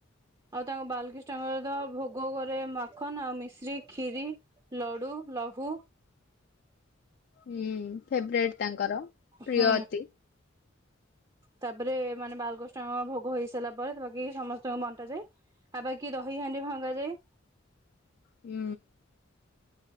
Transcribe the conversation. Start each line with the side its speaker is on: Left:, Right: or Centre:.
Right: ଆଉ ତାଙ୍କ ବାଲକ୍ରୀଷ୍ଣଙ୍କର ତ ଭୋଗ କରେ ମାଖନ ଆଉ ମିଶ୍ରି, ଖିରି ଲଡୁ, ଲହୁ
Left: ହୁଁ ଫେବରାଇଟ୍ ତାଙ୍କର। ପ୍ରିୟ
Right: ହୁଁ।
Left: ଅତି।
Right: ତାପରେ, ମାନେ ବାଲକୃଷ୍ଣ ଙ୍କ ଭୋଗ ହେଇ ସାରିଲା ପରେ ବାକି ସମସ୍ତଙ୍କୁ ବଣ୍ଟା ଯାଏ। ଆଉ ବାକି ଦହି ହାଣ୍ଡି ଭାଙ୍ଗାଯାଏ।
Left: ହୁଁ।